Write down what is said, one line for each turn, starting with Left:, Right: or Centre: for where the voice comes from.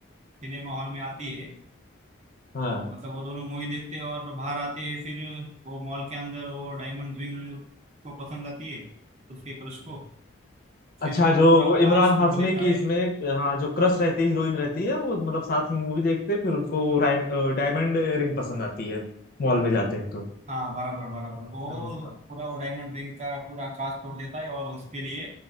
Right: सिनेमा हॉल में आती है
Left: हाँ
Right: मतलब वो दोनों मूवी देखते हैं और बाहर आते हैं फिर वो मॉल के अंदर वो डायमंड रिंग को पसंद आती है उसके क्रश को फिर
Left: अच्छा
Right: वो
Left: जो
Right: पूरा
Left: वो इमरान
Right: कांच
Left: हाशमी
Right: तोड़ देता
Left: की
Right: है
Left: इसमें हाँ जो क्रश रहती है हीरोइन रहती है वो मतलब साथ में मूवी देखते हैं फिर उनको राइम- डायमंड रिंग पसंद आती है मॉल में जाते हैं तो
Right: हाँ बराबर बराबर वो
Left: हाँ
Right: पूरा वो डायमंड रिंग का पूरा कांच तोड़ देता है और उसके लिए